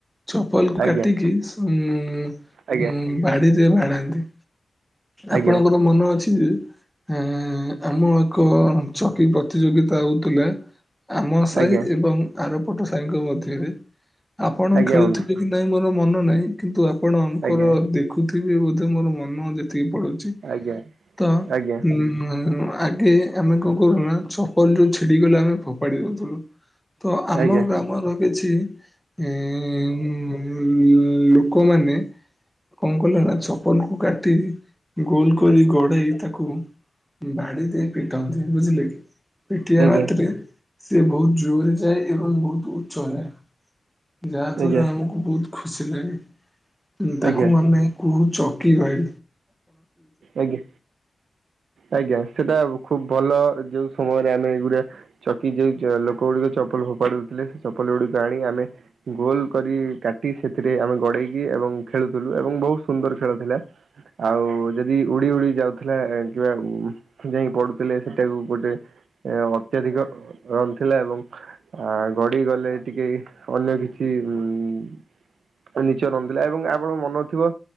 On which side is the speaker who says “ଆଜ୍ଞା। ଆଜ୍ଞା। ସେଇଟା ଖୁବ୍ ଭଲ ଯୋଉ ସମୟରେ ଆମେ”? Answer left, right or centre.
Right